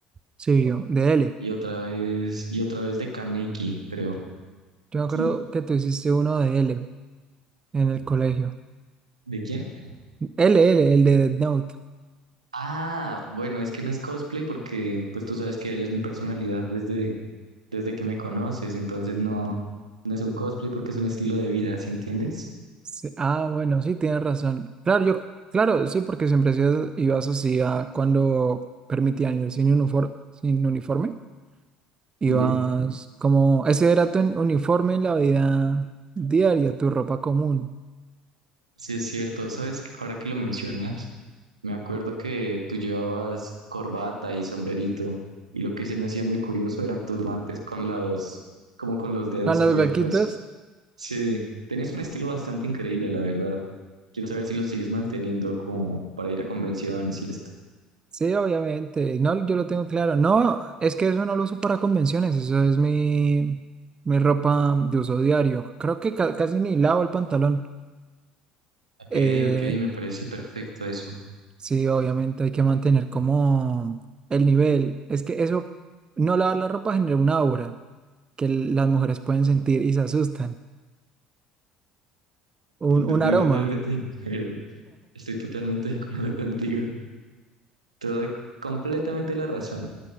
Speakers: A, on the right (about 25°); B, on the right (about 80°).
A: sí, yo, de L.
B: y otra vez, y otra vez de Kaneki, creo.
A: Yo me acuerdo
B: Sí.
A: que tú hiciste uno de L en el colegio.
B: ¿De quién?
A: L, L, el de Death Note.
B: Ah, bueno, es que no es cosplay porque, pues tú sabes que él es mi personalidad desde, desde que me conoces, entonces no, no es un cosplay porque es un estilo de vida, ¿sí entiendes?
A: Sí, Ah, bueno, sí, tienes razón. Claro, yo, claro, sí, porque siempre iba ibas así a cuando permitían ir sin uniforme, sin uniforme. Ibas
B: Sí.
A: como, ese era tu uniforme en la vida diaria, tu ropa común.
B: Sí, es cierto. ¿Sabes? Ahora que lo mencionas, me acuerdo que tú llevabas corbata y sombrerito y lo que se me hacía muy curioso eran tus guantes con los, como con los dedos
A: Con las
B: abiertos.
A: gaquitas.
B: Sí, tenías un estilo bastante increíble, la verdad. Quiero saber si lo sigues manteniendo como para ir a convenciones y esto.
A: Sí, obviamente. No, yo lo tengo claro. No, es que eso no lo uso para convenciones, eso es mi, mi ropa de uso diario. Creo que ca- casi ni lavo el pantalón.
B: Ok,
A: Eh,
B: ok, me parece perfecto eso.
A: sí, obviamente hay que mantener como el nivel. Es que eso, no lavar la ropa genera una aura que l- las mujeres pueden sentir y se asustan.
B: Estoy
A: Un, un aroma.
B: totalmente de acuerdo. Estoy totalmente de acuerdo contigo. Te doy completamente la razón.